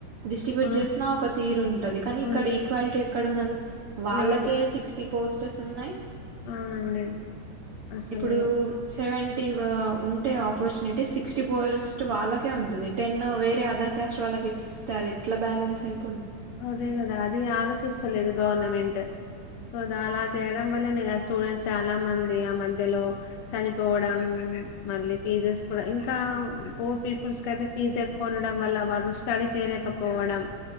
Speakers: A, on the right; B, on the left.
A: డిస్ట్రిబ్యూట్
B: ఆ
A: చేసినా ఒక తీరు ఉంటది కానీ ఇక్కడ
B: ఉంట
A: ఈక్వాలిటీ ఎక్కడ ఉన్నది వాళ్ళకే
B: లేదు
A: సిక్టీ పోస్ట్ చేస్తున్నాయి
B: అవునండి అసలు
A: ఇప్పుడు సెవెన్ టీవ ఉంటే ఆపర్చునిటీ సిక్స్టీ పర్స్ట్ వాళ్ళకే ఉంటది టెన్ వేరే అదర్ కాస్ట్ వాళ్ళకి ఇస్తే అది ఎట్లా బ్యాలెన్స్ అయిపో
B: అదే కదా అది ఆలోచిస్తలేదు గవర్నమెంట్ ట్ సో ద అలా చేయడం వల్ల నాక్ స్టూడెంట్స్ చాలా మంది ఆ మధ్యలో చనిపోవడం మళ్ళీ ఫీజెస్ కూడా ఇంకా పూర్ పీపుల్స్ క అయితే ఫీజ్ ఎక్కువ ఉండడం వల్ల వాళ్ళు స్టడీ చేయలేకపో పోవడం